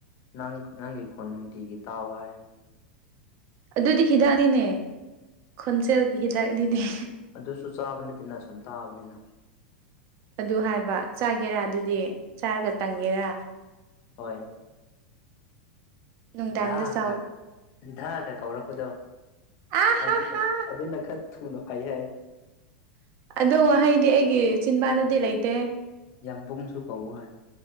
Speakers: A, on the left; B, on the right.
A: ꯅꯪ ꯅꯪꯒꯤ ꯈꯣꯟ ꯅꯨꯡꯇꯤꯒꯤ ꯇꯥꯎ ꯍꯥꯏ
B: ꯑꯗꯨꯗꯤ ꯍꯤꯗꯥꯛꯅꯤꯅꯦ ꯈꯣꯟꯖꯦꯜꯒꯤ ꯍꯤꯗꯥꯛꯅꯤꯅꯦ
A: ꯑꯗꯨꯁꯨ ꯆꯥꯕ ꯅꯠꯇꯦꯅ ꯁꯨꯝ ꯇꯥꯕꯅꯤꯅ
B: ꯑꯗꯨ ꯍꯥꯏꯕ ꯆꯥꯒꯦꯔꯥ ꯑꯗꯨꯗꯤ ꯆꯥꯔꯒ ꯇꯪꯒꯦꯔꯥ
A: ꯍꯣꯏ
B: ꯅꯨꯡꯗꯥꯡꯗ
A: ꯗꯥ
B: ꯆꯥꯎ
A: ꯈꯠ ꯗꯥꯒ ꯀꯧꯔꯛꯄꯗꯣ
B: ꯑꯥ ꯍꯥ
A: ꯑꯗꯨꯅ
B: ꯍꯥ
A: ꯑꯗꯨꯅ ꯈꯔ ꯊꯨꯅ ꯐꯩ ꯍꯥꯏ
B: ꯑꯗꯨ ꯋꯥꯍꯩꯗꯤ ꯑꯩꯒꯤ ꯆꯤꯟꯕꯥꯟꯗꯗꯤ ꯂꯩꯇꯦ꯫
A: ꯌꯥꯝꯕꯨꯡꯁꯨ ꯀꯧ ꯍꯥꯏ